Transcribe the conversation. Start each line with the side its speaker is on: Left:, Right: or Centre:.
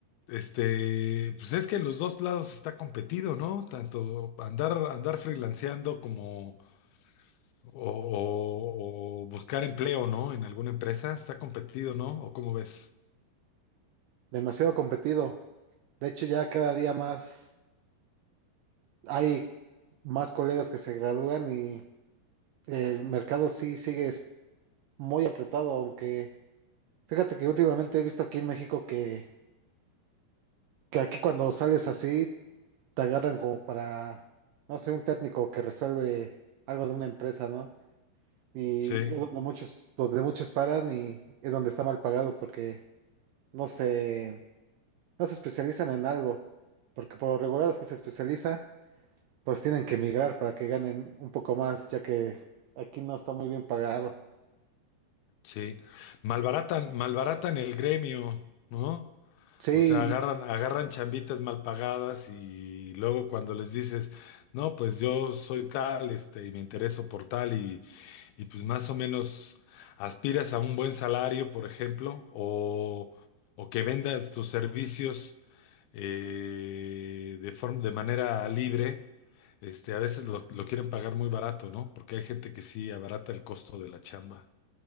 Left: este, pues es que en los dos lados está competido, ¿no? Tanto andar, andar freelanceando como O, o buscar empleo, ¿no? En alguna empresa está competido, ¿no? ¿O cómo ves?
Right: demasiado competido. De hecho, ya cada día más hay más colegas que se gradúan y el mercado sí sigue es- muy apretado, aunque fíjate que últimamente he visto aquí en México que, que aquí cuando sales así te agarran como para, no sé, un técnico que resuelve algo de una empresa, ¿no? Y
Left: Sí,
Right: es donde muchos, donde muchos paran y es donde está mal pagado porque no se, no se especializan en algo, porque por lo regular los que se especializan, pues tienen que emigrar para que ganen un poco más, ya que aquí no está muy bien pagado.
Left: sí. Malbaratan, malbaratan el gremio, ¿no?
Right: Sí,
Left: O sea, agarran, agarran chambitas mal pagadas y luego cuando les dices, no, pues yo soy tal, este, y me intereso por tal, y, y pues más o menos aspiras a un buen salario, por ejemplo, o, o que vendas tus servicios eh, de forma, de manera libre, este, a veces lo, lo quieren pagar muy barato, ¿no? Porque hay gente que sí abarata el costo de la chamba.